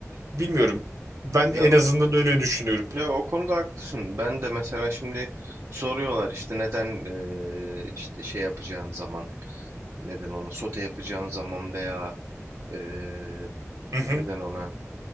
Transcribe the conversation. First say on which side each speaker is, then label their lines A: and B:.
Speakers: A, on the right (about 75°); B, on the right (about 55°).
A: bilmiyorum. Ben
B: Ya
A: en azından öyle düşünüyorum.
B: Ya o konuda haklısın. Ben de mesela şimdi soruyorlar işte neden eee, işte şey yapacağın zaman neden ona sote yapacağın zaman veya eee,
A: Hı hı.
B: neden ona